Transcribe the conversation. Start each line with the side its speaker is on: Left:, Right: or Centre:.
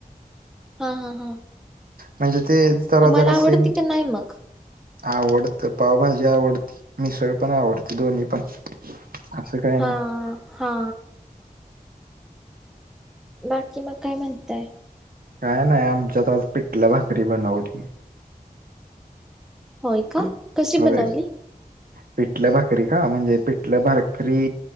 Centre: हा हा हा.
Right: म्हणजे ते जरा
Centre: तुम्हाला
Right: जरा से
Centre: आवडते
Right: असेल.
Centre: का नाही मग
Right: आवडतं पावभाजी आवडती, मिसळ पण आवडते. दोन्ही पण, असं काही
Centre: हा
Right: नाही.
Centre: हा बाकी मग काय म्हणताय?
Right: काय नाही आमच्यात आज पिठलं भाकरी बनवली.
Centre: होय का? कशी
Right: होय
Centre: बनवली
Right: पिठलं भाकरी का, म्हणजे पिठलं भाकरी.